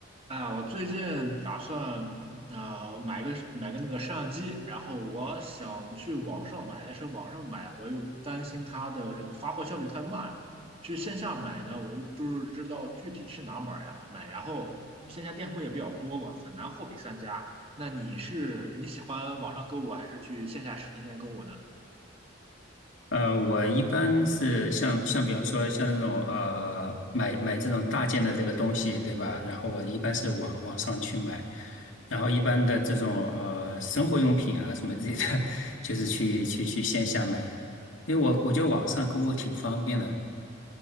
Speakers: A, on the right; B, on the left.
A: 啊，我最近打算呃买个买个那个摄像机，然后我想去网上买，但是网上买我又担心它的这个发货效率太慢，去线下买呢，我又不是知道具体去哪买呀买，然后线下店铺也比较多嘛，很难货比三家。那你是你喜欢网上购物还是去线下实体店购物呢？
B: 呃，我一般是像像比方说像那种呃买买这种大件的这个东西，对吧？然后我一般是网网上去买，然后一般的这种呃生活用品啊什么之类的，<laughs> 就是去去去线下买，因为我我觉得网上购物挺方便的